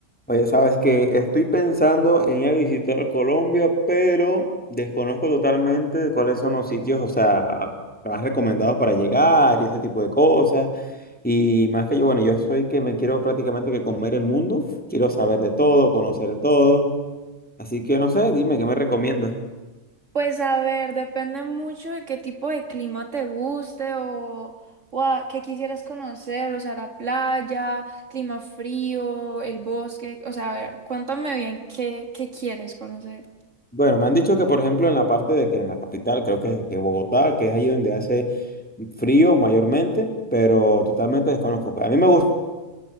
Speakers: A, in the centre; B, on the right.
A: Oye, sabes que estoy pensando en ir a visitar a Colombia, pero desconozco totalmente cuáles son los sitios, o sea, más recomendados para llegar y ese tipo de cosas. Y más que yo, bueno, yo soy que me quiero prácticamente que comer el mundo, quiero saber de todo, conocer de todo. Así que no sé, dime, ¿qué me recomiendas?
B: Pues a ver, depende mucho de qué tipo de clima te guste o, o a qué quisieras conocer, o sea, la playa, clima frío, el bosque, o sea, a ver, cuéntame bien qué, qué quieres conocer.
A: Bueno, me han dicho que, por ejemplo, en la parte de que en la capital, creo que, que Bogotá, que es ahí donde hace frío mayormente, pero totalmente desconozco. A mí me gusta.